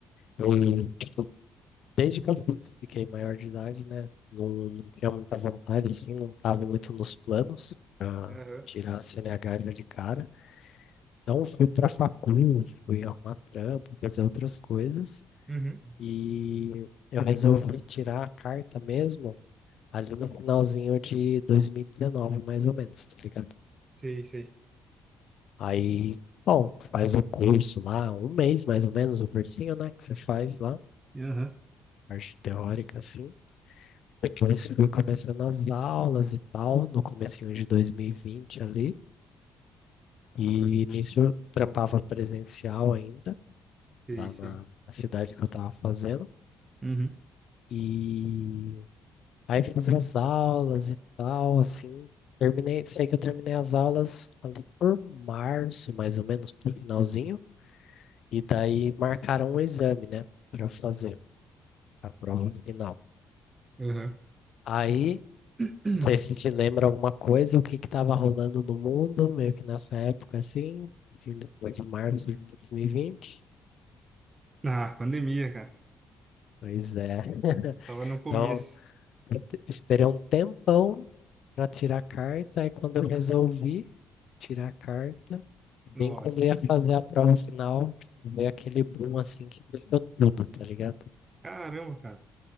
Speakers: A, on the left; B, on the right.
A: eu, tipo, desde que eu fiquei maior de idade, né? Não, não tinha muita vontade, assim, não tava muito nos planos pra
B: Aham.
A: tirar a CNH já de cara. Não fui para facul, fui arrumar trampo, fazer outras coisas.
B: Uhum.
A: E eu resolvi tirar a carta mesmo ali no finalzinho de 2019, mais ou menos, tá ligado?
B: Sei, sei.
A: Aí, bom, faz o curso lá, um mês mais ou menos, o cursinho, né, que você faz lá,
B: Aham.
A: parte teórica, assim. Depois fui começando as aulas e tal, no comecinho de 2020 ali. E nisso eu trampava presencial ainda,
B: Sei,
A: lá
B: sei.
A: na, na cidade que eu tava fazendo.
B: Uhum.
A: E aí fiz as aulas e tal, assim. Terminei, sei que eu terminei as aulas ali por março, mais ou menos, pro finalzinho. E daí marcaram um exame, né, Pra eu fazer a prova final.
B: Aham.
A: Aí,
B: <clears throat>
A: não sei se te lembra alguma coisa, o que que tava rolando no mundo, meio que nessa época, assim, que depois de março de 2020.
B: Ah, pandemia, cara.
A: Pois é.
B: Tava no começo.
A: Então, eu te- esperei um tempão para tirar a carta. Aí quando eu resolvi tirar a carta, bem
B: Nossa.
A: quando eu ia fazer a prova final, tipo, veio aquele boom assim que fechou tudo, tá ligado?
B: Caramba, cara.